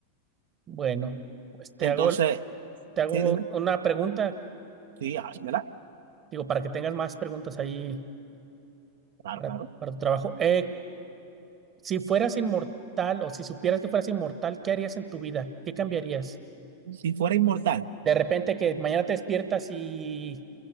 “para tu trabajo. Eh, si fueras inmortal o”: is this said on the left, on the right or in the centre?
Right